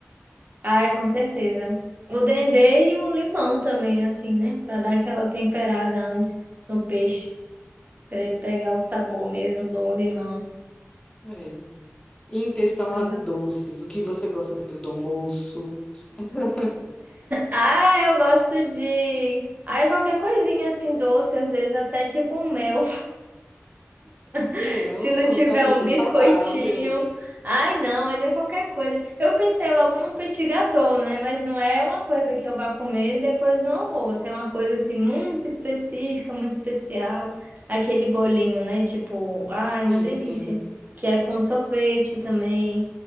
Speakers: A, on the right; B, on the left.
A: Ai, com certeza. O dendê e o limão também, assim, né? Pra dar aquela temperada antes no peixe, pra ele pegar o sabor mesmo do limão.
B: É. Em questão
A: Coisas
B: a doces, o que você gosta depois do almoço? <laughs>
A: Ah, eu gosto de. Ah, qualquer coisinha assim doce, às vezes até tipo um mel.
B: Meu,
A: <laughs> Se não tiver
B: a pessoa
A: um biscoitinho.
B: saudável.
A: Ai, não, mas é qualquer coisa. Eu pensei logo num petit gâteau, né? Mas não é uma coisa que eu vá comer depois no almoço. É uma coisa assim muito específica, muito especial. Aquele bolinho, né? Tipo, ai,
B: Sim,
A: uma delícia.
B: sim.
A: Que é com sorvete também.